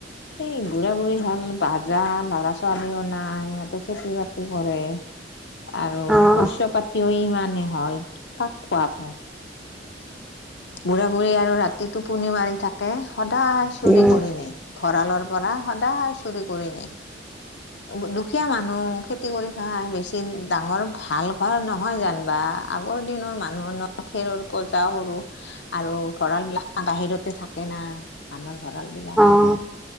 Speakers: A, on the left; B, in the centre.
A: সেই বুঢ়া বুঢ়ী হাল বাজা লৰা ছোৱালীও নাই সিহঁতে খেতি বাতি কৰে- আৰু
B: অঁ
A: শস্য পাতিও ইমানেই হয় কাক খোৱাব। বুঢ়া বুঢ়ী আৰু ৰাতি টোপনি মাৰি থাকে সদায় চুৰি
B: উম
A: কৰি নেই। ভঁৰালৰ পৰা সদায় চুৰি কৰি নিয়ে। দুখীয়া মানুহ খেতি কৰি খাই বেছি ডাঙৰ ভাল ঘৰ নহয় যেনবা। আগৰ দিনৰ মানুহৰ ন খেৰৰ পজা সৰু- আৰু ভঁৰাল বিলাক বাহিৰতে থাকে না ধানৰ ভঁৰাল বিলাক।
B: অঁ